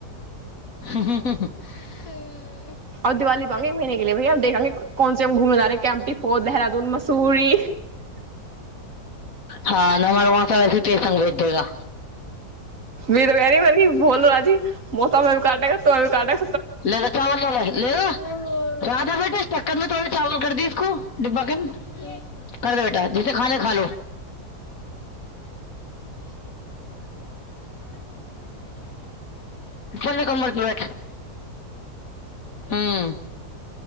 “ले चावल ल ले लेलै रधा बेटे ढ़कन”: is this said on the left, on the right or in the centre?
Left